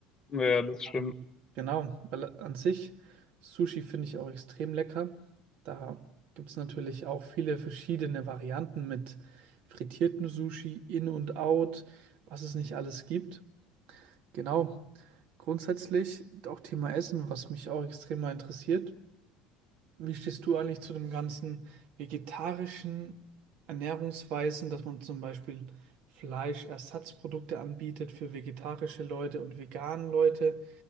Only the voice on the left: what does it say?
Ja, das stimmt.